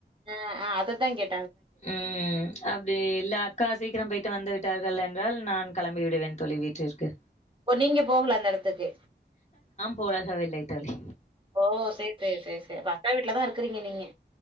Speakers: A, on the right (about 25°); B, on the left (about 40°).
A: ம் ஆஹ் அதுக் தங்கெ
B: உம் அப்டி இல்ல அக்கா சீக்கிரம் போயிட்டு வந்து விட்டார்கள் என்றால் நா கெளம்பி விடுவே தொழ வீட்டிருக்கு
A: இப்ப நீங்க போகல அந்த எடத்துக்கு
B: போகவே இல்லை தோழி
A: ஓ சரி சரி சரி சரி அப்ப அக்கா வீட்டு்லதா இருக்கறீங்க நீங்க